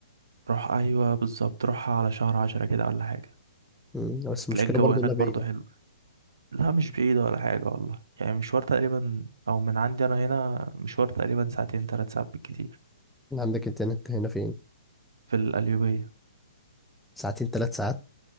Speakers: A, on the right; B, in the centre.
A: روح ايوه بالظبط روحها على شهر عشرة كده ولا حاجة
B: مم. بس
A: هتلاقي
B: المشكلة
A: الجو
B: برضو
A: هناك
B: إنها
A: برضو
B: بعيدة
A: حلو لا مش بعيدة ولا حاجة والله يعني مشوار تقريبا أو من عندي أنا هنا مشوار تقريبا ساعتين تلات ساعات بالكتير
B: عندك إنترنت هنا فين
A: في القليوبية
B: ساعتين ثلاث ساعات